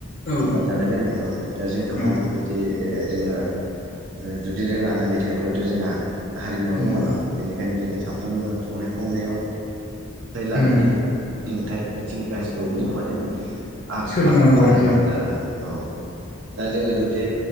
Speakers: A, on the left; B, on the right.
A: औ
B: जेनबा जानाय लोंनायखौ दा जोंथ'
A: औ
B: बेफोरबायदि ए जोङो ओ जुदि रोङा आदा बेवथ' जोंहा हारिमुवा
A: उम
B: गोमालांगोन बेनिखायनो जोङो साफ्रोमबो संनाय खावनायाव लानानै
A: उम
B: सोलोंथाइ बिथिं गासिबावबो जों माने आ-आखा
A: सोलोंनांगौ
B: फाखा
A: आरोखि
B: जानांगोन आरो औ दा जोङो जुदि